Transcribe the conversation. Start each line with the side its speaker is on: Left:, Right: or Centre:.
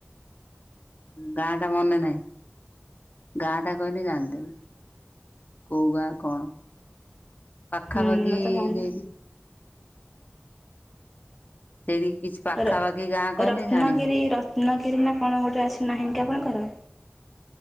Left: ଗାଁ ଟା ମନେ ନାହିଁ ଗାଁ ଟା କହିଲେ ଜାଣିଦେବି। କଉ ଗାଁ କଣ ପାଖାପାଖି
Centre: ହୁଁ ମତେ ମନେ
Left: ହେ ସେଇଠି କିଛି ପାଖାପାଖି
Centre: ର
Left: ଗାଁ କହିଲେ
Centre: ରତ୍ନଗିରି
Left: ଜାଣି ହବ।
Centre: ରତ୍ନଗିରି ନା କଣ ଗୋଟେ ଅଛିନାହିଁ କି ଆପଣଙ୍କର?